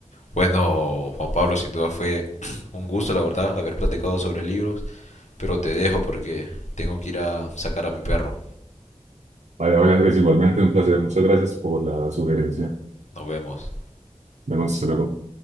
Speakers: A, on the left; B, on the right.
A: Bueno, Juan Pablo, sin duda fue <clears throat> un gusto, la verdad, haber platicado sobre libros, pero te dejo porque tengo que ir a sacar a mi perro.
B: Vale, vale, Andrés, igualmente un placer. Muchas gracias por la sugerencia.
A: Nos vemos.
B: Vemos luego.